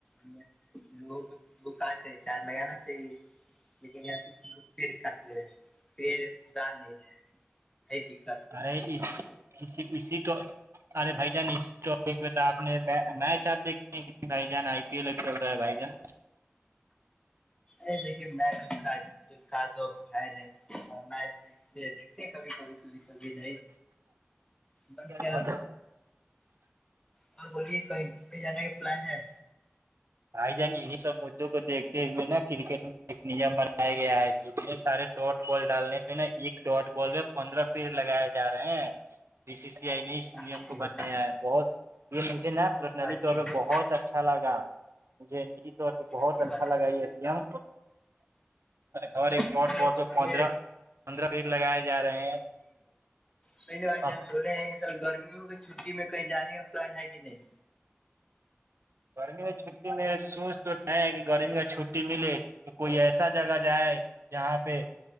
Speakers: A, on the left (about 20°); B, on the right (about 80°).
A: لوگ لوگ لگ کاٹ رہے چار لگانا چاہیے لیکن ایس لوگ پڑ کٹ رہے ہیں پیڑ اگار نہیں رہے ہیں ب
B: ارے اس اسی ارے بھائی جان اسی ٹاپ میں تو آپ نے میچ آپ دیکھے ہیں بھائی جان آئی پی ایل ہے بھائی ج
A: ا دیکھیے میں کاص ہو ہے نہیںچ دیکھتے دیکھتے کبھی کبھی کبھی کبھی نہیں ند
B: جان
A: کیا اور بولیے کہیں گومنے جانے کا پلان ہے
B: بھائی جان یہی سب مدوں کو دیکتے ہوئے نا کرکٹ میں ایک نیم بنایا گیا ہے جس میں سارے ڈاٹ بال ڈالنے پہ نا ایک ڈاٹ بال میں پندرہ پیر لگائے جا رہے ہیں بیی سی سی آئی نے
A: اچھی
B: نیم کو
A: بات
B: بنایا ہے بہت یہ مجھے نا پرسنلی
A: اچھی
B: طور پہ
A: بات
B: بہت اچھا لگا <unintelligible> تو بہت
A: اچھی بات
B: اچھا لگا یہ دم ہ ایک
A: ٹھیک
B: پندرہ
A: ہے چھوڑیے
B: پندرہ پٹ لگائے جا رہے ہیں
A: سوئینے بھائی
B: اب
A: جان بھولے ہیں سر گرمیوں کے چھٹی میں کہیں جانے کا پلان ہے کہ نہیں
B: گرمی کی چھٹی میر سوچ تو رہ کہ گرمی کا چھٹی ملے تو کوئی ایسا جگہ جائے جہاں پہ